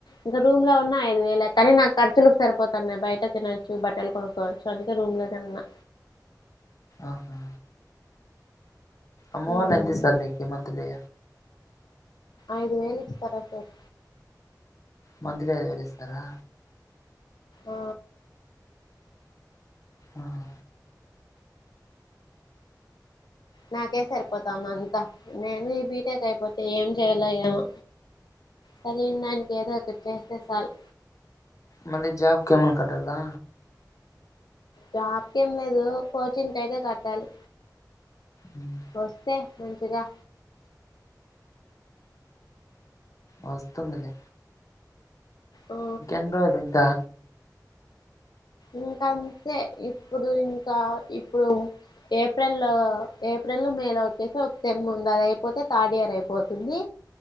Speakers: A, on the left (about 75°); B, on the left (about 50°).
A: ఇంకా రూమ్ లో ఉన్న ఐదు వేలే కానీ నాకు ఖర్చులకు సరిపో బయట తినొచ్చు బట్టలు కొనుక్కవచ్చు అందుకే రూమ్ లో తిన్నా
B: ఆహా అమ్మవాళ్లు
A: ఉమ్,
B: ఎంత ఇస్తారు నికి మంత్లీ
A: ఐదు వేలు ఇచ్చస్తార సార్
B: మంత్లీ అదు వేలు ఇస్తారా
A: ఆ
B: ఆహా
A: నాకే సరిపోతంది అంతా నేను ఈ బీటెక్ అయిపోతే ఏం చేయల్లో ఏమో చదివిందానికి ఏదో ఒకటి చేస్తే సాల్
B: మళ్ళీ జాబ్కి ఏమన్ కట్టలా
A: జాబ్కి ఎం లేదు కోచింగకితేకట్టాలి
B: మ్మ్
A: వస్తే మంచిగా
B: వస్తుంది లే
A: ఆ
B: ఇంకెన్నిరోజులు ఇంకా
A: ఇంకాంతే ఇప్పుడు ఇంకా ఇప్పుడు ఏప్రిల్ లో ఏప్రిల్ మే లో వచ్చేసి ఒక సెమ్ ఉంది అది అయిపోతే థర్డ్ ఇయర్ అయిపోతుంది